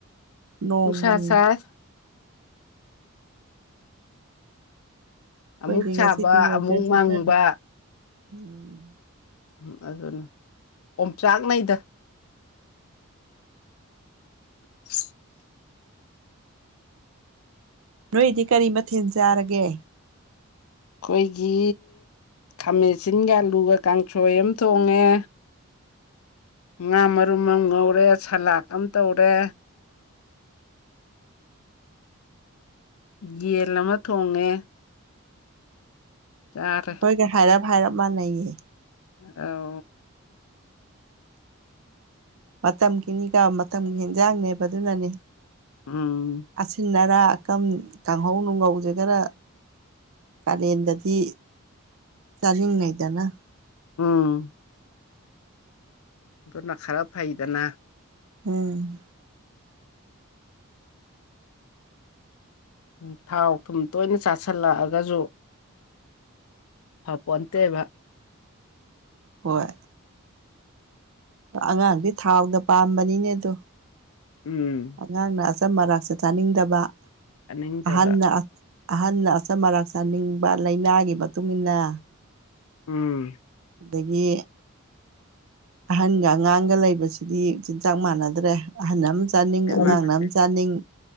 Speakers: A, on the right; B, on the left.
A: ꯅꯣꯡ
B: ꯅꯨꯡꯁꯥ
A: ꯃꯪꯉꯤ
B: ꯁꯥꯏ
A: ꯈꯣꯏꯗꯤ
B: ꯑꯃꯨꯛ ꯁꯥꯕ
A: ꯉꯁꯤꯗꯤ ꯋꯦꯗꯔꯖꯦ
B: ꯑꯃꯨꯛ ꯃꯪꯕ
A: ꯈꯔ ꯅꯨꯡꯉꯥꯏ ꯎꯝ
B: ꯎꯝ ꯑꯗꯨꯅꯦ ꯑꯣꯝꯆꯥꯛꯅꯩꯗ <inaudible>
A: ꯅꯣꯏꯗꯤ ꯀꯔꯤ ꯃꯊꯦꯜ ꯆꯥꯔꯒꯦ
B: ꯈꯣꯏꯒꯤ ꯈꯥꯃꯦꯟ ꯁꯤꯟꯒ ꯑꯜꯂꯨꯒ ꯀꯥꯡꯁꯣꯏ ꯑꯝ ꯊꯣꯡꯉꯦ ꯉꯥ ꯃꯔꯨꯝ ꯑꯝ ꯉꯧꯔꯦ ꯁꯂꯥꯠ ꯑꯝ ꯇꯧꯔꯦ ꯌꯦꯟ ꯑꯃ ꯊꯣꯡꯉꯦ ꯆꯥꯔꯦ
A: ꯑꯩꯈꯣꯏꯒ ꯍꯥꯏꯔꯞ ꯍꯥꯏꯔꯞ ꯃꯥꯟꯅꯩꯌꯦ
B: ꯑꯧ
A: ꯃꯇꯝꯒꯤꯅꯤꯒ ꯃꯇꯝꯒꯤ ꯏꯟꯖꯥꯡꯅꯦꯕ ꯑꯗꯨꯅꯅꯤ
B: ꯎꯝ
A: ꯑꯁꯤꯟ ꯑꯔꯥꯛ ꯑꯀꯝ ꯀꯥꯡꯍꯧ ꯅꯨꯡꯉꯧꯁꯦ ꯈꯔ ꯀꯥꯂꯦꯟꯗꯗꯤ ꯆꯥꯅꯤꯡꯅꯩꯗꯅ
B: ꯎꯝ ꯑꯗꯨꯅ ꯈꯔ ꯐꯩꯗꯅꯥ
A: ꯎꯝ
B: ꯎꯝ ꯊꯥꯎ ꯊꯨꯝ ꯇꯣꯏꯅ ꯆꯥꯁꯤꯜꯂꯛꯑꯒꯖꯨ ꯐꯄꯣꯟꯇꯦꯕ
A: ꯍꯣꯏ ꯑꯉꯥꯡꯗꯤ ꯊꯥꯎꯗ ꯄꯥꯝꯕꯅꯤꯅꯦ ꯑꯗꯣ
B: ꯎꯝ
A: ꯑꯉꯥꯡꯅ ꯑꯆꯝ ꯑꯔꯥꯛꯁꯦ ꯆꯥꯅꯤꯡꯗꯕ
B: ꯆꯥꯅꯤꯡꯗꯕ
A: ꯑꯍꯟꯅ ꯑꯍꯟꯅ ꯑꯆꯝ ꯑꯔꯥꯛ ꯆꯥꯅꯤꯡꯕ ꯂꯩꯅꯥꯒꯤ ꯃꯇꯨꯡ ꯏꯟꯅ
B: ꯎꯝ
A: ꯑꯗꯒꯤ ꯑꯍꯟꯒ ꯑꯉꯥꯡꯒ ꯂꯩꯕꯁꯤꯗꯤ ꯆꯤꯟꯖꯥꯛ ꯃꯥꯟꯅꯗ꯭ꯔꯦ ꯑꯍꯟ ꯑꯝ ꯆꯥꯅꯤꯡ
B: ꯃꯥ
A: ꯑꯉꯥꯡꯅ
B: ꯅꯠꯇꯦ
A: ꯑꯝ ꯆꯥꯅꯤꯡ